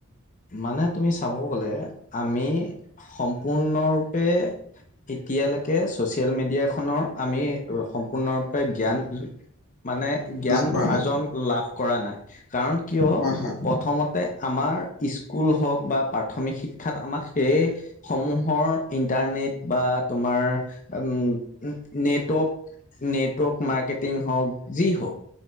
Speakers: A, on the left; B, on the left.
A: মানে তুমি চাব গ'লে আমি সম্পূৰ্ণৰূপে এতিয়ালৈকে ছ'চিয়েল মিডিয়াখনৰ আমি সম্পূৰ্ণৰূপে জ্ঞান মানে জ্ঞান
B: লাভ কৰা নাই
A: আৰ্জন লাভ কৰা নাই কাৰণ কিয়
B: হয় হয়
A: প্ৰথমতে আমাৰ স্কুল হওক বা প্ৰাথমিক শিক্ষাত আমাক সেয়ে সমূহৰ ইন্টাৰনেট বা তোমাৰ উ, নেটৱৰ্ক নেটৱৰ্ক মাৰ্কেটিং হওক, যি হওক